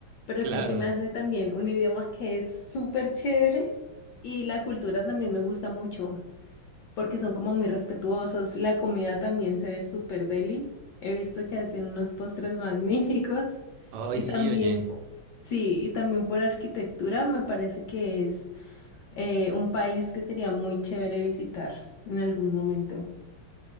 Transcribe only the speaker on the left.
Pero
sí, se me hace también un idioma que es súper chévere y la cultura también me gusta mucho porque son como muy respetuosos. La comida también se ve súper deli. He visto que hacen unos postres magníficos
y
también,
sí, y también por arquitectura me parece que es. Eh, un país que sería muy chévere visitar en algún momento.